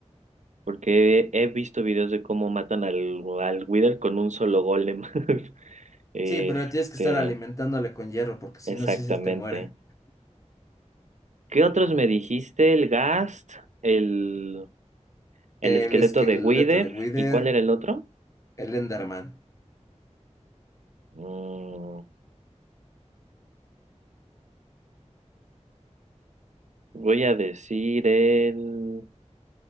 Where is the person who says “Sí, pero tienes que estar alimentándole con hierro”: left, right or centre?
Left